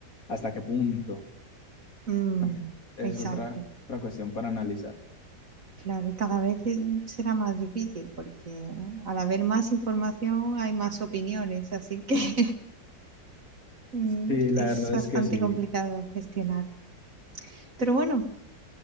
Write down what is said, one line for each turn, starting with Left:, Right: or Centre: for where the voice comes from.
Left: ¿hasta qué punto?
Right: mm,
Left: También es
Right: exacto.
Left: otra, otra cuestión para analizar.
Right: Claro, y cada vez es- será más difícil porque al haber más información hay más opiniones, así que <laughs> mm,
Left: Sí, la
Right: es
Left: verdad
Right: bastante
Left: es que sí.
Right: complicado gestionar. Pero bueno,